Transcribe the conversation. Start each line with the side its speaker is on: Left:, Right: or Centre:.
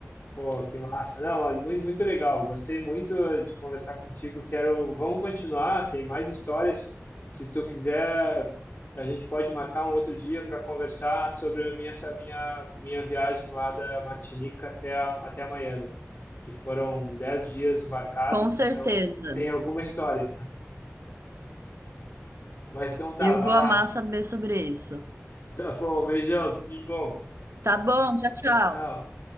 Left: Pô, que massa. Não, mas muito, muito legal. Gostei muito de conversar contigo. Quero, vamos continuar, tem mais histórias. Se tu quiser, a gente pode marcar um outro dia para conversar sobre a minha, essa minha, minha viagem lá da Martinica até, a- até a Miami, que foram 10 dias embarcados,
Right: Com certeza.
Left: então tem alguma história. Mas então tá,
Right: Eu
Left: vai
Right: vou
Left: lá.
Right: amar saber sobre isso.
Left: Tá bom, beijão, tudo de bom.
Right: Tá bom, tchau, tchau.
Left: Tchau, tchau.